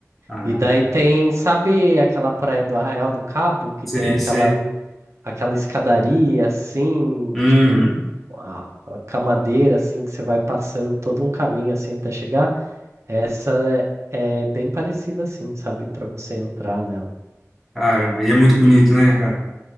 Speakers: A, in the centre; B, on the right.
A: Ah,
B: E daí tem, sabe aquela praia do Arraial do Cabo, que
A: sei,
B: tem aquela,
A: sei.
B: aquela escadaria assim,
A: Uhum.
B: tipo a, a camadeira assim, que você vai passando todo um caminho assim até chegar? Essa é, é bem parecida assim, sabe, para você entrar nela.
A: Caramba, e é muito bonito, né, cara?